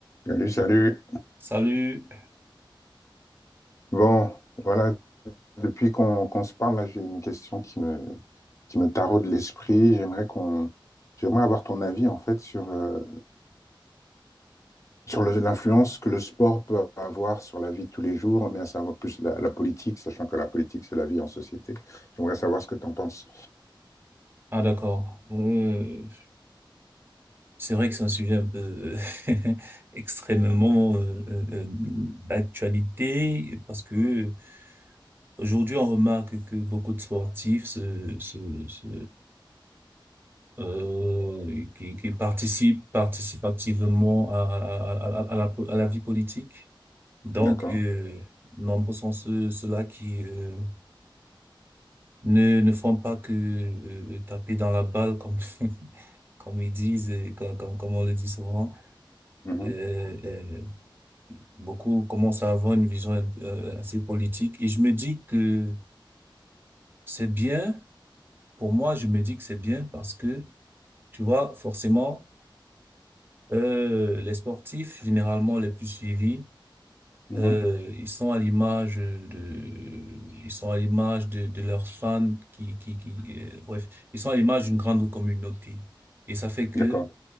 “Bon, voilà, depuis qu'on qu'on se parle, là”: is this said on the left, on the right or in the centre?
Left